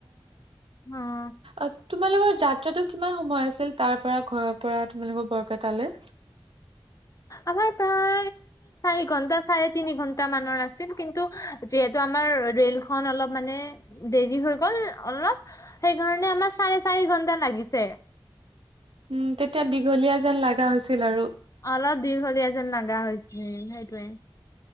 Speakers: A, on the left (about 40°); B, on the right (about 85°).
A: অ
B: অ' তোমালোকৰ যাত্ৰাটো কিমান সময় আছিল তাৰ পৰা ঘৰৰ পৰা তোমালোকৰ বৰপেটালে।
A: আমাৰ প্ৰায়, চাৰি ঘণ্টা সৰেতিনি ঘণ্টা মানৰ আছিল কিন্তু, যিহেতু আমাৰ ৰেলখন অলপ মানে, দেৰি হৈ গল অলপ, সেইকাৰনে অমৰ সাৰেচাৰি ঘণ্টা লাগিছে।
B: উম তেতিয়া দীঘলীয়া যেন লাগা হৈছিল আৰু।
A: অলপ দীঘলীয়া যেন লাগা হৈছিল। সেইটোৱে।